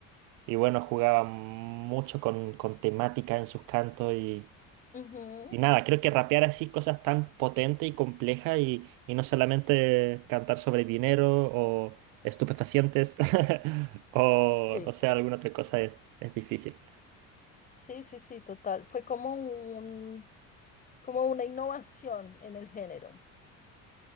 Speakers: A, on the right (about 80°); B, on the left (about 25°).
A: y bueno, jugaba mucho con, con temática en sus cantos y
B: Ujú,
A: Y nada, creo que rapear así cosas tan potentes y complejas y, y no solamente cantar sobre dinero o estupefacientes <laughs> o
B: sí.
A: no sé, alguna otra cosa es, es difícil.
B: Sí, sí, sí, total. Fue como un, como una innovación en el género. O